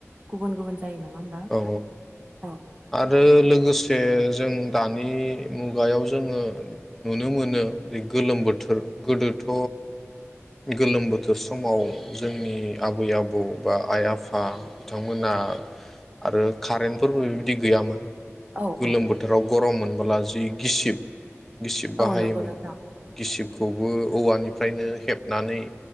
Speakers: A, on the right; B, in the centre.
A: गुबुन गुबुन जायो नङा होमबा
B: औ
A: औ।
B: आरो लोगोसे जों दानि मुगायाव जोङो नुनो मोनो गोलोम बोथोर गोदोथ' गोलोम बोथोर समाव जोंनि आबै आबौ बा आइ आफा बिथांमोना आरो कारेन्टफोरबो बिदि गैयामोन।
A: औ
B: गोलोम
A: औ
B: बोथोराव गरममोन। होमब्ला जि गिसिब गिसिब बाहायोमोन
A: औ नंगौ नोंथां
B: गिसिबखौबो औवानिफ्राय फ्रायनो हेबनानै